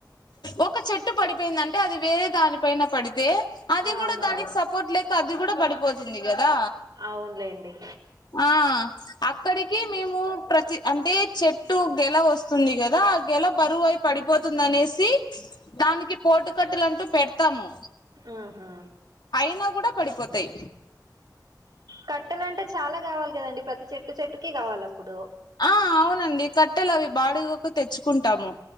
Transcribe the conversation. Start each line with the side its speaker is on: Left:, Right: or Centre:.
Left: ఒక చెట్టు పడిపోయిందంటే అది వేరే దానిపైన పడితే అది
Right: ఆ
Left: కూడా
Right: అవునవును
Left: దానికి సపోర్ట్ లేక అది కూడా పడిపోతుంది కదా
Right: అవునులేండి
Left: ఆ అక్కడికి మేము ప్రతి అంటే చెట్టు గెల వస్తుంది కదా ఆ గెల బరువయి పడిపోతుంది అనేసి దానికి పోటు కట్టలు అంటూ పెడతాము
Right: ఆహా
Left: అయినా కూడా పడిపోతాయి
Right: కట్టెలు అంటే చాలా కావాలి కదండి ప్రతి చెట్టు చెట్టుకి కావాలి అప్పుడు
Left: ఆ అవునండి కట్టెలు అవి బాడగాకు తెచ్చుకుంటాము